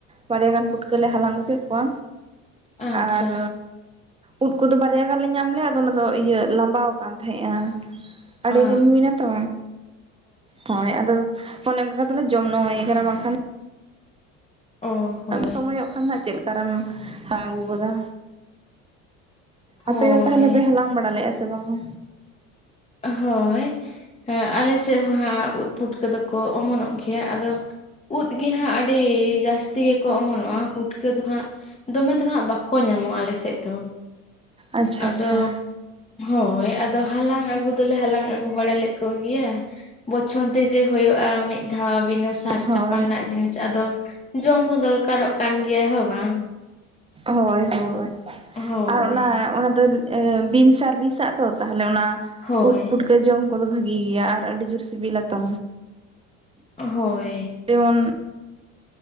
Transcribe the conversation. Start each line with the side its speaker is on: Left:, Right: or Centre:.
Right: ᱵᱟᱨᱭᱟ ᱜᱟᱱ ᱯᱩᱴᱠᱟᱹ ᱞᱮ ᱦᱟᱞᱟᱝ ᱟᱜᱩ ᱠᱮᱜ ᱠᱚᱣᱟ᱾
Left: ᱟᱪᱪᱷᱟ
Right: ᱟᱨ ᱩᱫ ᱠᱚᱫᱚ ᱵᱟᱨᱭᱟ ᱜᱟᱱ ᱞᱮ ᱧᱟᱢ ᱞᱮᱜ-ᱟ ᱟᱫᱚ ᱚᱱᱟ ᱫᱚ ᱤᱭᱟᱹ ᱞᱟᱸᱵᱟᱣ᱾ ᱛᱟᱦᱮᱸᱜ-ᱟ ᱟᱰᱤ
Left: ᱟ
Right: ᱫᱤᱱ ᱦᱩᱭ ᱱᱟ ᱛᱚ ᱦᱳᱭ ᱟᱫᱚ᱾ ᱚᱱᱮ ᱚᱝᱠᱟ ᱠᱟᱛᱮ ᱞᱮ ᱡᱚᱢ ᱱᱟᱹᱣᱟᱹᱭ ᱠᱟᱱᱟ ᱵᱟᱝᱠᱷᱟᱱ᱾
Left: ᱚ ᱦᱳᱭ
Right: ᱥᱳᱢᱚᱭᱚᱜ ᱠᱷᱟᱱ ᱱᱷᱟᱜ ᱪᱮᱜ ᱞᱮᱠᱟᱨᱮᱢ ᱦᱟᱞᱟᱝ ᱟᱜᱩ ᱜᱚᱫᱟ᱾
Left: ᱦᱳᱭ
Right: ᱟᱯᱮ ᱫᱚ ᱛᱟᱦᱞᱮ ᱯᱮ ᱦᱟᱞᱟᱝ ᱵᱟᱲᱟ ᱞᱮᱜ-ᱟ ᱥᱮ ᱵᱟᱝᱟ?
Left: ᱦᱳᱭ ᱦᱮᱸ ᱟᱞᱮ ᱥᱮᱜ ᱦᱚᱸ ᱦᱟᱸᱜ ᱩᱫ ᱯᱩᱴᱟᱹ ᱫᱚ᱾ ᱠᱚ ᱚᱢᱚᱱᱚᱜ ᱜᱮᱭᱟ ᱟᱫᱚ ᱩᱫ᱾ ᱜᱤ ᱦᱟᱸᱜ ᱟᱰᱤ ᱡᱟᱥᱛᱤ ᱜᱮᱠᱚ ᱚᱢᱚᱱᱚᱜ-ᱟ ᱯᱩᱴᱠᱟᱹ ᱫᱚ ᱦᱟᱸᱜ᱾ ᱫᱚᱢᱮ ᱫᱚ ᱦᱟᱸᱜ ᱵᱟᱠᱚ ᱧᱟᱢᱚᱜ-ᱟ ᱟᱞᱮ ᱥᱮᱜ ᱫᱚ᱾
Right: ᱟᱪᱪᱷᱟ
Left: ᱟᱫᱚ
Right: ᱟᱪᱪᱷᱟ
Left: ᱦᱳᱭ ᱟᱫᱚ ᱦᱟᱞᱟᱝ ᱟ ᱜᱩ ᱫᱚᱞᱮ ᱦᱟᱞᱟᱝ ᱟᱜᱩ ᱵᱟᱲᱟ ᱞᱮᱫ ᱠᱚᱜᱮᱭᱟ ᱵᱚᱪᱷᱚᱨ ᱫᱤᱱ ᱨᱮ ᱦᱳᱭᱳᱜ-ᱟ ᱢᱤᱫ ᱫᱷᱟᱣ ᱵᱤᱱᱟᱹ ᱥ ᱥᱟᱨ
Right: ᱦᱳᱭ
Left: ᱪᱟᱯᱟᱱᱟᱜ ᱡᱤᱱᱤᱥ ᱟᱫᱚ ᱡᱚᱢ ᱦᱚᱸ ᱫᱚᱨᱠᱟᱨᱚᱜ ᱠᱟᱱ ᱜᱮᱭᱟ ᱦᱳᱭ ᱵᱟᱝ᱾
Right: ᱦᱚᱭ ᱦᱳᱭ
Left: ᱦᱳᱭ
Right: ᱟᱨ ᱚᱱᱟ ᱚᱱᱟ ᱫᱚ᱾ ᱵᱤᱱ ᱥᱟᱨ ᱵᱤᱥᱟᱜ ᱛᱚ ᱛᱟᱦᱞᱮ ᱚᱱᱟ
Left: ᱦᱳᱭ
Right: ᱩᱫ ᱯᱩᱴ ᱠᱟᱹ ᱡᱚᱢ ᱠᱚᱫᱚ ᱵᱷᱟᱜᱤ ᱜᱮᱭᱟ ᱟᱨ ᱟᱹᱰᱤ ᱡᱳᱨ ᱥᱤᱵᱤᱞᱟ ᱛᱚ᱾
Left: ᱦᱳᱭ᱾
Right: ᱡᱮᱢᱚᱱ᱾